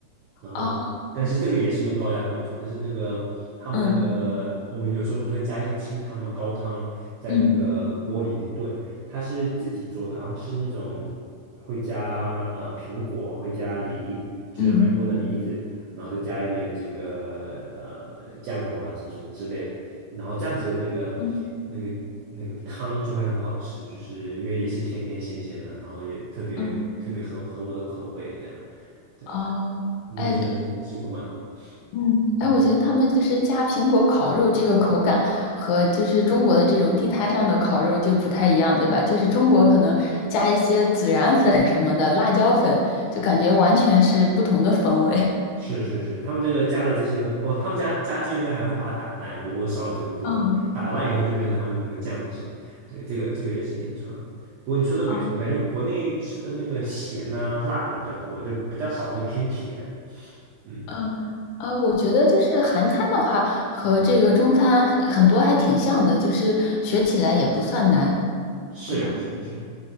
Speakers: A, on the right; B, on the left.
A: 然后但是这个也是用高压锅做，
B: 啊
A: 但是那个他们那个我们有时候不是会加一些清汤嘛，
B: 嗯
A: 高汤在那个锅里面炖，
B: 嗯
A: 它是自己做的，然后是那种会加呃苹果，会加梨，就是韩国的梨子，
B: 嗯
A: 然后再加一点这个呃酱油啊，什么什么之类的。然后这样子的那个那个那个汤就会很好吃，
B: 嗯
A: 就是因为也是甜甜咸咸的，然后也特别特别合合我的口味，
B: 嗯，
A: 这样，对，
B: 啊，
A: 那个算是吃过蛮好的
B: 哎。嗯，哎，
A: 嗯，
B: 我觉得他们就是加苹果烤肉这个口感和就是中国的这种地摊上的烤肉就不太一样，对吧？就是中国可能加一些孜然粉什么的，辣椒粉，就感觉完全是不同的风味。
A: 是是是，他们这个加了这些东哦，他们加加这些呢还会把它打烂，我我少了这个步骤，
B: <laughs> 嗯
A: 打烂以后就变成他们那个酱汁，对，这个这个也是挺重要的。不过你说的没错，
B: 嗯
A: 感觉国内吃的那个咸呐、辣的比较多，就比较少会偏甜。嗯，
B: 嗯，呃，我觉得就是韩餐的话和这个中餐很多还挺像的，就是学起来也不算难，
A: 是是是。
B: 对吧？